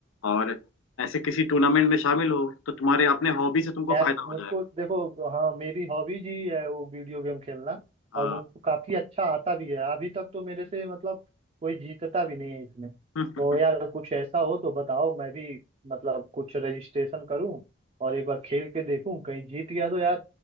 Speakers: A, on the left; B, on the right.
A: और ऐसे किसी टूर्नामेंट में शामिल हो तो तुम्हारे अपने हॉबी से तुमको
B: यार
A: फायदा
B: मुझको
A: हो जाएगा
B: देखो हाँ मेरी हॉबीज ही है वो वीडियो गेम खेलना
A: हाँ
B: और मुझको काफी अच्छा आता भी है अभी तक तो मेरे से मतलब कोई जीतता भी नहीं है इसमें
A: <laughs>
B: तो यार कुछ ऐसा हो तो बताओ मैं भी मतलब कुछ रजिस्ट्रेशन करूं और एक बार खेल के देखूं कहीं जीत गया तो यार